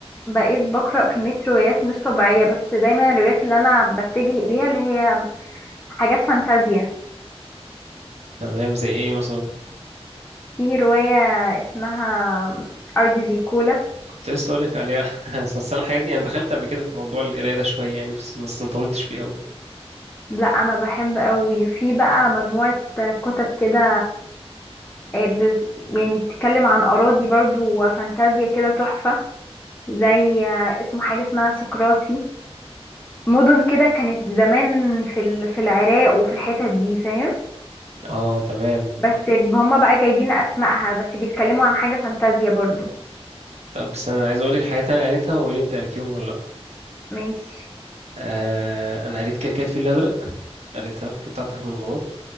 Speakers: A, on the left; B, on the right.
A: بقيت بقرأ كمية روايات مش طبيعية بس دايما الروايات اللي أنا بتجه إليها اللي هي حاجات فانتازيا
B: تمام زي ايه مثلا
A: في رواية اسمها أرض زيكولا
B: كنت لسه اقول لك عليها <laughs> اصل انا الحاجات دي انا دخلت قبل كده في موضوع القرايه ده شويه يعني بس بس ما طولتش فيه قوي
A: لا أنا بحب أوي في بقى مجموعة كتب كده آه، ب- يعني بتتكلم عن أراضي برضو وفانتازيا كده تحفة زي آه، اسمه حاجة اسمها سقراطي مدن كده كانت زمان في ال- في العراق وفي الحتت دي فاهم
B: اه تمام
A: بس هما بقى جايبين أسمائها بس بيتكلموا عن حاجة فانتازيا برضو
B: طب بس انا عايز اقول لك حاجات انا قريتها وقولي انت قريتيهم ولا لا
A: ماشي
B: آه انا قريت كده كده الفيل الازرق قريتها قبل كده بتاعت احمد مراد